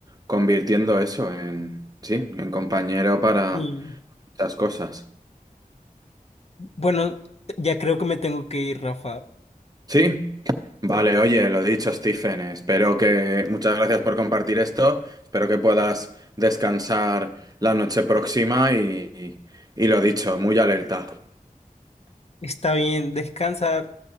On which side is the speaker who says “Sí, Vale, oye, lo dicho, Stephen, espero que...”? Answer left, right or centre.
Right